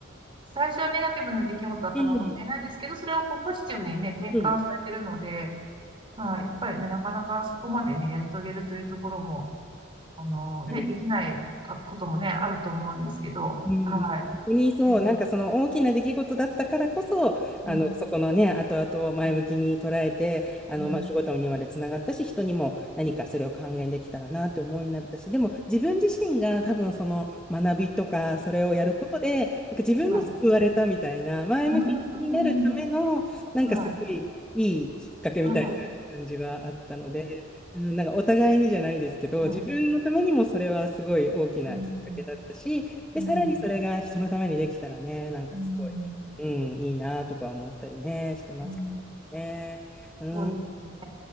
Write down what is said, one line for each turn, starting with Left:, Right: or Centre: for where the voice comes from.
Right: 最初はネガティブな出来事だったからもったいないですけど、
Centre: うん
Right: それをこうポジティブにね、転換されてるので、
Centre: うん
Right: まあ、やっぱりね、なかなかそこまでね、やり遂げるというところも、あのね、
Centre: あり
Right: できないかこともね、あると思うんですけど、
Centre: うん、
Right: はい。
Centre: 本当にそう、
Right: うん、
Centre: なんかその大きな出来事だったからこそ、あの、
Right: うん、
Centre: そこのね、後々を前向きに捉えて、あの、
Right: うん、
Centre: まあ、仕事にまでつながったし、人にも何かそれを還元できたらなって思いになったし、でも自分自身が多分その学びとか、それをやることで、なんか自分も救われたみたいな、
Right: うん、はい。
Centre: 前向きになるための、
Right: うーん、
Centre: なんかすごいいいきっかけみたいな感じはあったので、
Right: はい、はい、は
Centre: うん、なんかお互いにじゃないですけど、
Right: い、
Centre: 自分のためにもそれはすごい大きなきっかけだったし、
Right: はい、うん、
Centre: で、
Right: うん、
Centre: さらにそれが人のためにできたらね、
Right: うん、
Centre: なんかすごい、
Right: うん、
Centre: うん、いいなとか思ったりね、してますけどね。
Right: うん
Centre: うん、
Right: そうですね。
Centre: う